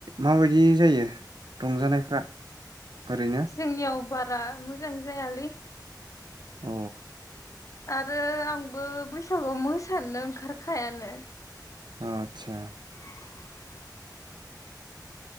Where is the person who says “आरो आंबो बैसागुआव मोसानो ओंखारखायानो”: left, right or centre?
Left